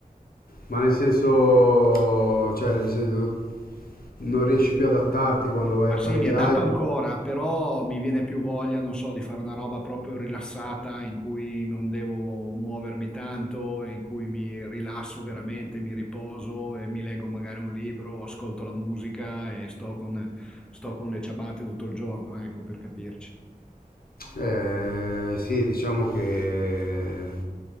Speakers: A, on the left; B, in the centre.
A: ma nel senso, cioè, nel senso, non riesci più ad adattarti quando vai
B: Ma
A: a
B: sì,
A: fare
B: mi
A: i viaggi?
B: è dato ancora, però mi viene più voglia, non so, di fare una roba proprio rilassata in cui non devo muovermi tanto, e in cui mi rilasso veramente, mi riposo e mi leggo magari un libro, ascolto la musica e sto con, sto con le ciabatte tutto il giorno, ecco, per capirci.
A: Eh, sì, diciamo che